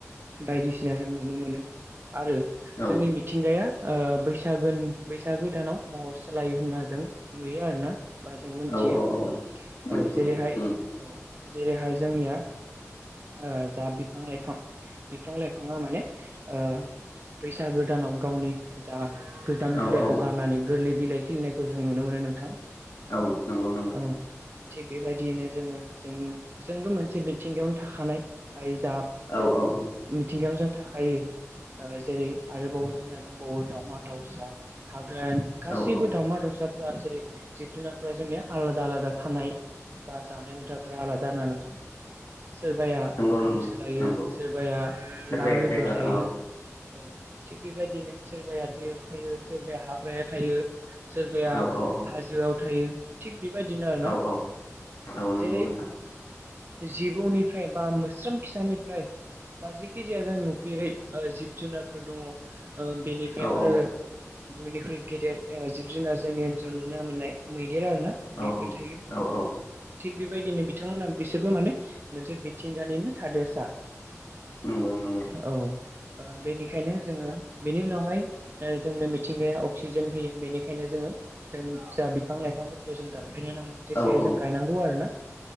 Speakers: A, on the right; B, on the left.
A: बायदिसिना जों नुनो मोनो आरो
B: औ
A: जोंनि थिंगाया ओ बैसागो बैसागो दानाव महर सालायो होनना जों नुयो आरो ना। बा जों मोनथियो
B: औ औ औ मिथिगौ
A: औ जेरैहाय
B: उम
A: औ जेरैहाय जोंनिया ओ जा बिफां लाइफां बिफां लाइफाङा माने ओ बैसागो दानाव गावनि जा गोजाम
B: औ
A: बिलाइखौ
B: औ
A: गारनानै गोरलै बिलाइ खिलिनायखौ जों नुनो मोनो नोंथां।
B: औ नंगौ नंगौ।
A: औ थिग बेबायदियैनो जोङो जों जोंबो मोनसे मिथिंगायावनो थाखानाइ <unintelligible>
B: औ औ औ।
A: मिथिंगायाव जों थाखायो। जेरै आरोबावो जोंनिया दंबावो दावमा दाउसा हाग्रानि गासैबो
B: औ औ
A: दावमा दाउसा फोरा जेरै जिब जुनारफोरा जोंनि आलादा आलादा थानाय बा जानाय हुदा फोरा आलादा ना नोंथां। सोरबाया
B: नंगौ
A: गांसो
B: नंगौ
A: जायो
B: नंगौ
A: सोरबाया
B: सोरबाया
A: ना बेदर जायो।
B: औ
A: औ थिग बेबायदिनो सोरबाया दैयाव थायो सोरबाया हाग्राया थायो सोरबाया
B: औ औ
A: हाजोआव थायो। थिग बेबायदिनो आरो ना
B: औ औ औ नंगौ
A: जेरै
B: नोंथां
A: जिबौनिफ्राय बा मोस्रोम फिसानिफ्राय बा जिखि जाया जों नुफेरै ओ जिब जुनारफोर दङ ओ बेनिफ्राय
B: औ
A: आरो
B: औ
A: बयनिख्रुइ गेदेर ओ जिब जुनार जोंनि ओनसोलाव नुनो मोननाय मैदेर आरो ना।
B: औ
A: बेफोर थायो थिग
B: औ औ
A: बेबायदिनो बिथांमोनहा बिसोरबो माने मोनसे मिथिंगानिनो थादेरसा।
B: नंगौ नंगौ।
A: औ ओ बेनिखायनो जोङो बेनि उनावहाय ओ जोंनो मिथिंगाया अक्सिजेन होयो बेनिखायनो जोङो जों जा बिफां लाइफांफोरखौ जों दानफायनो नाङा। जेसे
B: औ
A: हायो
B: औ
A: जों गायनांगौ आरो ना